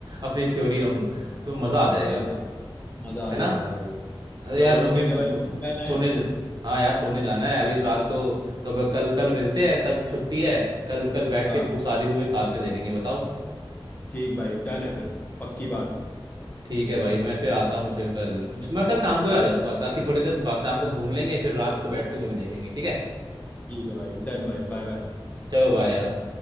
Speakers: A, on the right; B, on the left.
A: अपनी थ्योरी हम तो मजा आ जाएगा
B: सही बात मजा
A: है
B: आ जाएगा
A: ना
B: भाई
A: अरे
B: चलो
A: यार मम्मी
B: ठीक
A: म-
B: है भाई डन है
A: सोने ज- हाँ यार सोने जाना है अभी रात को तो अब कल कल मिलते हैं कल तो छुट्टी है कल कल बैठ
B: हाँ
A: के पू- सारी मूवी साथ में देखेंगे बताओ
B: ठीक भाई डन है फिर पक्की बात
A: ठीक है भाई मैं फिर आता हूँ फिर कल मैं कल शाम
B: ओके
A: को ही आ
B: भाई
A: जाऊंगा ताकि थोड़ी देर बाद शाम को घूम लेंगे फिर रात को बैठ के मूवी देखेंगे ठीक है
B: ठीक है भाई डन भाई बाय बाय
A: चलो बाय यार